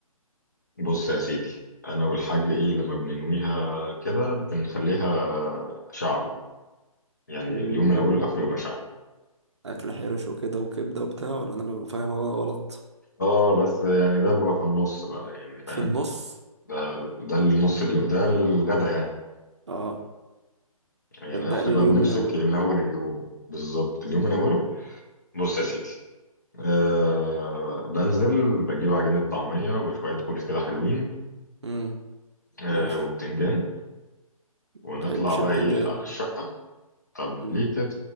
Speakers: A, on the left; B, on the right.
A: بص يا سيدي انا والحاج ايه لما بننويها كده بنخليها شعبي يعني
B: مم،
A: اليوم من اوله لاخره يبقى شعبي
B: اكل حرش وكده وكبده وبتاع ولا انا ببقى فاهم أنا غلط
A: اه بس يعني ده بيبقى في النص بقى يعني فاهم
B: في النص
A: ده ده النص اليوم ده الغدا يعني
B: اه
A: يعني
B: ابدا
A: احنا
B: لي اليوم
A: بقى بنمسك
B: من اوله
A: من اول اليوم بالظبط اليوم من اوله بص يا سيدي أه بنزل بجيب عجينة طعمية وشوية فول كده حلوين
B: امم
A: أه
B: ماشي
A: وبتنجان ونطلع
B: ما بحبش
A: بقى
B: البتنجان
A: إيه على الشقة طب
B: مم.
A: ليه كده؟